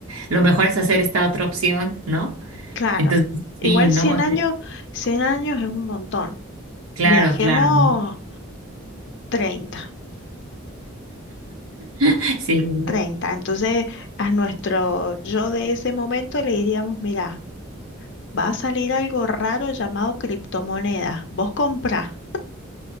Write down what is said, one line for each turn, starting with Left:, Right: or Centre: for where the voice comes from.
Right: lo mejor es hacer esta otra opción, ¿no?
Left: claro.
Right: Entonces,
Left: Igual
Right: sí, ¿no?
Left: 100
Right: O
Left: años,
Right: sea,
Left: 100 años es un montón.
Right: claro,
Left: Viajemos
Right: claro, ¿no?
Left: treinta
Right: <laughs> Sí, ¿no?
Left: treinta Entonces, a nuestro yo de ese momento le diríamos, mira, va a salir algo raro llamado criptomonedas. Vos comprá,